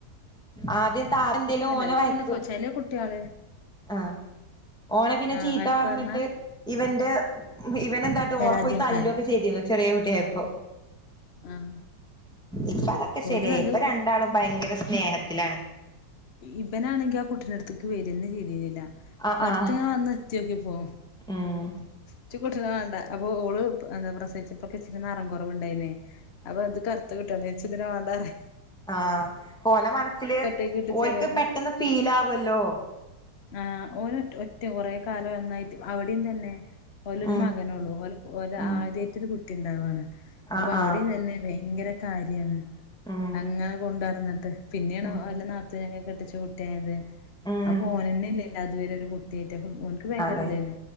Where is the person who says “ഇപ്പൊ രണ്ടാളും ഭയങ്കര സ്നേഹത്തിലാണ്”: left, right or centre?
Centre